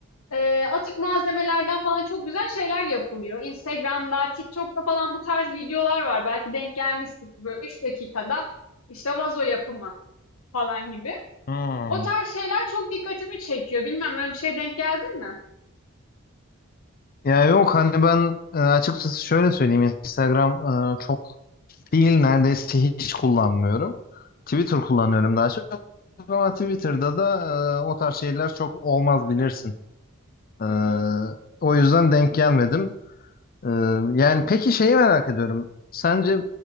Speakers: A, on the left; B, on the left.
A: e, atık malzemelerden falan çok güzel şeyler yapılıyor. Instagram'da, TikTok'ta falan bu tarz videolar var. Belki denk gelmişsin böyle 3 dakikada işte vazo yapımı falan gibi.
B: Hı.
A: O tarz şeyler çok dikkatimi çekiyor. Bilmem öyle bir şey denk geldin mi?
B: Ya yok hani ben e, açıkçası şöyle söyleyeyim. Instagram e, çok değil neredeyse hiç kullanmıyorum. Twitter kullanıyorum daha çok. Ama Twitter'da da e, o tarz şeyler çok olmaz bilirsin. E,
A: Hı hı.
B: o yüzden denk gelmedim. E, yani peki şeyi merak ediyorum. Sence